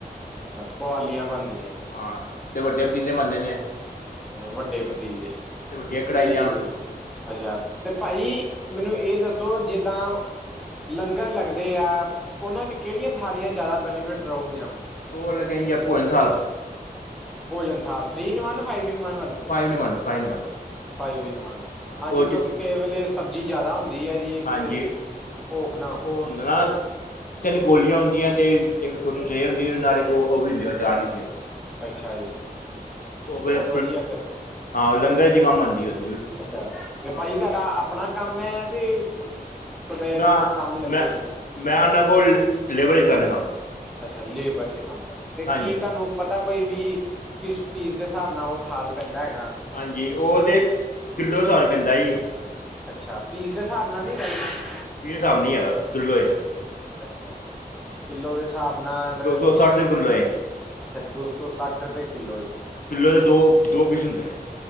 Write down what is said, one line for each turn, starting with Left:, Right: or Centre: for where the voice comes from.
Centre: ਅੱਛਾ ਕੁਆਲੀਆਂ ਬਣਦੀਆਂ ਜੇ।
Left: ਹਾਂ ਤੇ ਵੱਡੇ ਪਤੀਲੇ ਬਨਦੇ ਨੇ।
Centre: ਵੱਡੇ ਪਤੀਲੇ
Left: ਵੱਡੀਆਂ ਕੜਾਹੀਆਂ
Centre: ਤੇ ਅੱਛਾ ਤੇ ਭਾਜੀ, ਮੈਨੂੰ ਇਹ ਦੱਸੋ ਜਿੱਦਾਂ ਲੰਗਰ ਲੱਗਦੇ ਆ ਉਹਨਾਂ ' ਕਿਹੜੀਆਂ ਥਾਲੀਆਂ ਜ਼ਿਆਦਾ ਬੈਨੀਫਿਟ ਰਹੇਗੀਆਂ?
Left: ਉਹ ਅਲੱਗ ਆਗੇ, ਭੋਜਨਥਾਲ।
Centre: ਭੋਜਨਥਾਲ three in one five in one ਵਾਲੇ?
Left: Five in one, ਫਾਈਵਨ one <inaudible>
Centre: five in one. ਹਾਂਜੀ
Left: ਉਹ ਚ
Centre: ਕਿਉਂਕਿ ਕ ਵੇਲੇ ਸਬਜ਼ੀ ਜ਼ਿਆਦਾ ਹੁੰਦੀ ਹੈ ਜੀ
Left: ਹਾਂਜੀ
Centre: ਤੇ ਭੁਖ ਨਾ ਹੋਵੇ।
Left: ਉਹ ਨਾ। ਤਿੰਨ ਕੋਲੀਆਂ ਹੁੰਦੀਆਂ ਤੇ ਇੱਕ ਛੋਟੀ ਟਰੇ ਹੁੰਦੀ ਹੈ ਨਾਲ ਉਹ ਵੀ ਹੁੰਦੀ ਆ ਚਾਰ ਹੁੰਦੇ।
Centre: ਅੱਛਾ ਜੀ।
Left: ਉਹ ਫਿਰ
Centre: ਬਹੁਤ ਵਧੀਆ ਤੇ
Left: ਹਾਂ ਲੰਗਰ ਚ ਕੰਮ ਆਉਂਦੀ ਉਥੇ
Centre: ਅੱਛਾ ਤੇ ਭਾਜੀ ਤੁਹਾਡਾ ਆਪਣਾ ਕੰਮ ਹੈ ਤੇ ਕਿਤੇ
Left: ਨਾ
Centre: ਕੰਮ ਲੱਗੇ
Left: ਮੈਂ
Centre: ਹੋਏ ਜੀ
Left: ਮੈਂ ਉਹਨਾਂ ਕੋਲ ਲੇਬਰ ਹੀ ਕਰਨਾ ਕੰਮ।
Centre: ਅੱਛਾ ਲੇਬਰ ਚ ਕੰਮ ਕਰ ਤੇ
Left: ਹਾਂਜੀ
Centre: ਕੀ
Left: ਹਾਂਜੀ
Centre: ਤੁਹਾਨੂੰ ਪਤਾ ਕੋਈ ਵੀ ਕਿਸ ਪੀਸ ਦੇ ਹਿਸਾਬ ਨਾਲ ਉਹ ਥਾਲ ਪੈਂਦਾ ਹੈਗਾਨੂੰ
Left: ਹਾਂਜੀ ਉਹ ਤੇ ਕਿੱਲੋ ਸੌ ਰੁਪੈਂ ਦਾ ਜ
Centre: ਅੱਛਾ ਪੀਸ ਦੇ ਹਿਸਾਬ ਨਾਲ ਨੀ ਹੈਗਾ ਜੇ?
Left: ਇਹ ਹਿਸਾਬ ਨੀ ਹੈਗਾ ਕਿਲੋ ਇਹ।
Centre: ਅੱਛਾ ਜੀ, ਕਿੱਲੋ ਦੇ ਹਿਸਾਬ ਨਾਲ
Left: ਦੋ ਸੌ
Centre: ਕੀ
Left: ਸੱਠ ਰੁਪਏ ਕਿੱਲੋ ਏ
Centre: ਅੱਛਾ ਦੋ ਸੌ ਸੱਠ ਰੁਪਏ ਕਿੱਲੋ ਜੀ।
Left: ਕਿਲੌ ਦੇ ਦੋ ਦੋ ਪੀਸ ਹੁੰਦੇ ਨੇ।